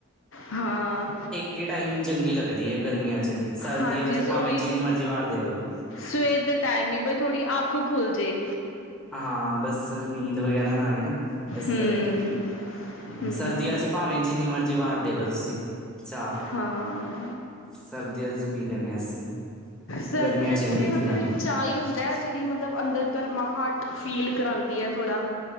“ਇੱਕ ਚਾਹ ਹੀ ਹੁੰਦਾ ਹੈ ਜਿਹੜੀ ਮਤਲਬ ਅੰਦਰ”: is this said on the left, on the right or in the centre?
Left